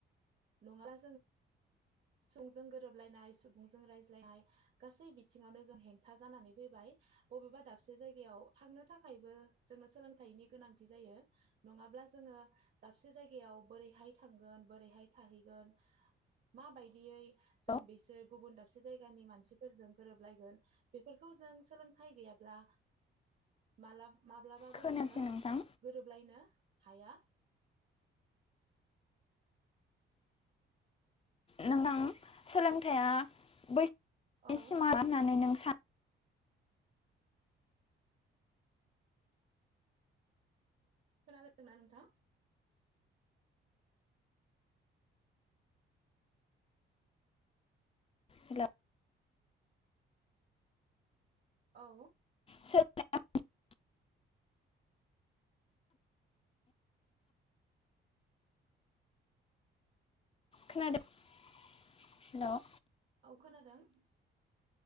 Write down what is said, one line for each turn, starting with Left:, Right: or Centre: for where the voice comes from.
Right: नङाब्ला जोङो <unintelligible> गोरोबलायनाय सुबुंजों रायज्लायनाय गासै बिथिङावनो जों हेंथा जानानै फैबाय बबेबा दाबसे जायगायाव थांनो थाखायबो जोंनो सोलोंथायाइनि गोनांथि जायो नङाब्ला जोङो दाबसे जायगायाव बोरैहाय थांगोन बोरैहाय थाहैगोन माबायदियै जों
Left: औ
Right: बिसोर गुबुन दाबसे जायगानि मानसिफोरजों गोरोबलायगोन बेफोरखौ जों सोलोंथाइ गैयाब्ला माला माब्लाबाबो
Left: खोनायासै
Right: जोङो
Left: नोंथां
Right: गोरोबलायनो हाया
Left: नोंथां सोलोंथाइया बैसोनि
Right: औ
Left: सिमा होननानै नों सानो
Right: खोनादोंना नोंथां?
Left: हेलौ
Right: औ
Left: <unintelligible> खोनादों हेल'
Right: औ खोनादों